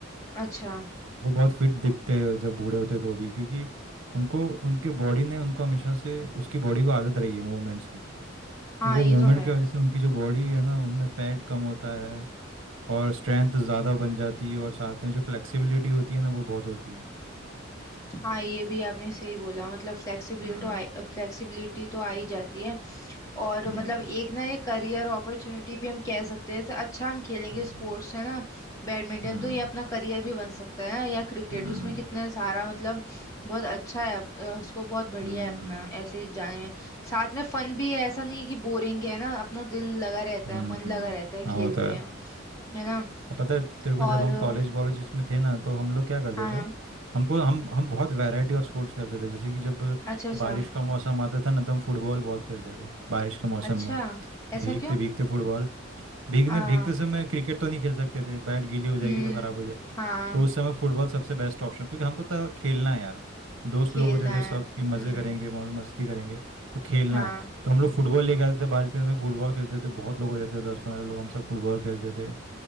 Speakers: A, on the left; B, on the right.
A: अच्छा
B: वो बहुत फिट दिखते हैं जब बूढ़े होते हैं तो भी क्योंकि उनको उनके बॉडी ने उनको हमेशा से उसकी बॉडी को आदत रही है मूवमेंट्स की
A: हाँ
B: तो वो
A: ये
B: मूवमेंट
A: तो है
B: की वजह से उनकी जो बॉडी है ना उनमें फैट कम होता है और स्ट्रेंथ ज़्यादा बन जाती है और साथ में जो फ्लेक्सिबिलिटी होती है ना वो बहुत होती है
A: हाँ ये भी आपने सही बोला मतलब फ्लेक्सिबिलिटी
B: हम्म
A: तो आई फ्लेक्सिबिलिटी तो आ ही जाती है और
B: हम्म
A: मतलब एक ना एक करियर अपॉर्चुनिटी भी हम कह सकते हैं जैसे अच्छा हम खेलेंगे
B: हम्म
A: स्पोर्ट्स है ना बैडमिंटन
B: हम्म
A: तो ये अपना करियर भी बन सकता है ना या क्रिकेट
B: हम्म
A: उसमें कितने सारा मतलब बहुत अच्छा है अप- अ, उसको बहुत बढ़िया
B: हम्म,
A: है अपना ऐसे जाने में साथ में फन भी है ऐसा नहीं है कि बोरिंग है ना अपना दिल लगा रहता
B: हम्म,
A: है मन लगा रहता है
B: हाँ
A: खेल
B: वो तो
A: में
B: है
A: है ना
B: अब पता है तेरे को जब
A: और
B: हम
A: अम,
B: कॉलेज वॉलेज इसमें थे ना तो हम लोग क्या करते
A: हाँ
B: थे हमको हम हम बहुत वैरायटी ऑफ स्पोर्ट्स खेलते थे जैसे कि जब
A: अच्छा अच्छा
B: बारिश का मौसम आता था ना तो हम फुटबॉल बहुत खेलते थे बारिश के मौसम
A: अच्छा
B: में
A: ऐसा
B: भीगते भीगते फुटबॉल भीगने
A: क्यों
B: भीगते समय क्रिकेट तो नहीं खेल सकते थे बैट गीली हो जाएगी
A: हम्म
B: तो ख़राब हो जाएगी
A: हाँ
B: तो उस समय फुटबॉल सबसे बेस्ट ऑप्शन क्योंकि हमको तो खेलना है यार दोस्त
A: खेलना
B: लोग होते थे
A: है
B: सब कि मज़े
A: हम्म
B: करेंगे मौज मस्ती करेंगे तो खेलना
A: हाँ
B: है तो हम लोग फुटबॉल लेके आते थे बारिश के समय फुटबॉल खेलते थे बहुत लोग होते थे दस पंद्रह लोग हम सब फुटबॉल खेलते थे